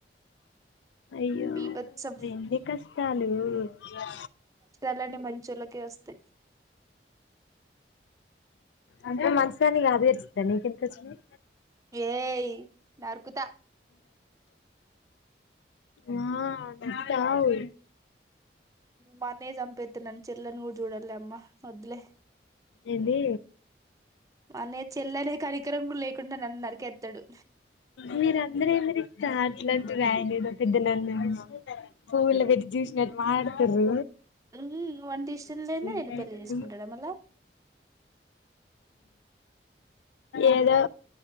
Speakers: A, on the left; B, on the right.
A: అయ్యయ్యో
B: బీభత్సం
A: ఎన్ని కష్టాలు. ఆ
B: కష్టాలన్నీ మంచోళ్ళకే వస్తే.
A: అంతే నవ్వు మాంచి దానివి కదిలే నెక్ ఎందుక్ వచ్చింది.
B: ఏయ్ నరుకుతా.
A: ఆ బతాకతవు.
B: మా అన్నయ్య చంపేస్తాడు చెల్లి అన్ని కూడా చూడదు లేమ్మా వదులే.
A: ఏంది
B: అనే అన్నయ్య చెల్లె అని కూడా కనకరం లేకుండా నన్ను నరికేస్తాడు.
A: మీర అందర ఏందరి ఇస్త. ఇట్ల అంటరు ఆయనద పెద్ద నన్న పువ్వుల పెట్టి చూసినట్టు మాట్లాడుతూ.
B: ఉహూ నువ్వంటే ఇష్టం
A: మాట్లాడుతుర్రు
B: లేదు నేను పెళ్లి చేసుకుంటా మళ్ళా.
A: ఏదో